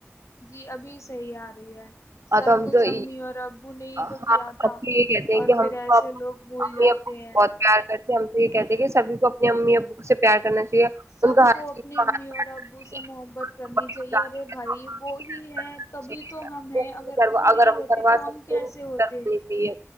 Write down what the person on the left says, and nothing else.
جی ابھی صحیح آ رہی ہے
سب
کچھ
امی اور ابو نے ہی
تو کیا تھا
اور
پھر
ایسے
لوگ بھول
جاتے
ہیں
سب
کو اپنی
امی
اور ابو
سے محبت کرنی
چاہیے
ارے
بھائی
وہ
ہی
ہے
تبھی
تو ہم
اگر
وہ نہیں
ہوتے
تو
ہم کیسے
ہوتے